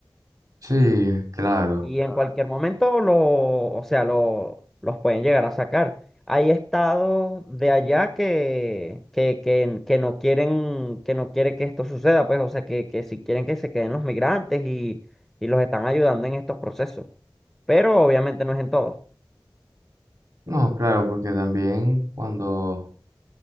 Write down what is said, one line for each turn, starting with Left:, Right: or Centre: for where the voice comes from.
Right: sí, claro.
Centre: y en Ah, cualquier momento lo, o sea, lo, los pueden llegar a sacar. Hay estados de allá que, que, que, que no quieren, que no quiere que esto suceda, pues, o sea, que, que si quieren que se queden los migrantes y, y los están ayudando en estos procesos. Pero obviamente no es en todos.
Right: No, claro, porque también cuando